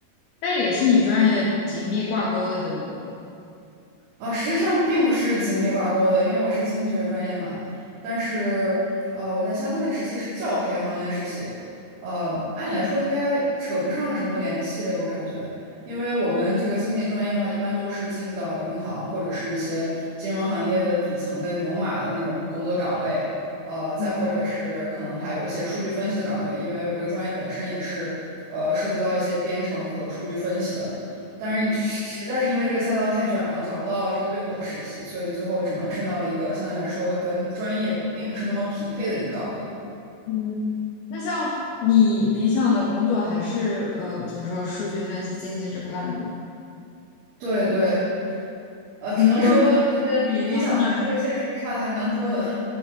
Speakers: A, on the left; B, on the right.
A: 但也是你专业紧密挂钩的，对不？
B: 啊，实际上并不是紧密挂钩的，因为我是经济学专业嘛。但是，呃，我在新加坡那个实习是教培行业的实习，呃，按理来说应该扯不上什么联系，我感觉，因为我们这个经济专业的话，一般都是进到银行或者是一些金融行业的底层的牛马的那种工作岗位，呃，再或者是可能还有一些数据分析的岗位，
A: 嗯
B: 因为我这个专业本身也是，呃，涉及到一些编程和数据分析的。但是实实在是因为这个赛道太卷了，
A: 嗯
B: 找不到这个对口的实习，所以最后只能申到了一个相对来说跟专业并不是那么匹配的一个岗位。
A: 嗯，那像你理想的工作还是呃怎么说数据分析经济这块的吗？
B: 对对，呃，只能说呃理理想跟那个现实差的还蛮多的。
A: 你包括你研究生的，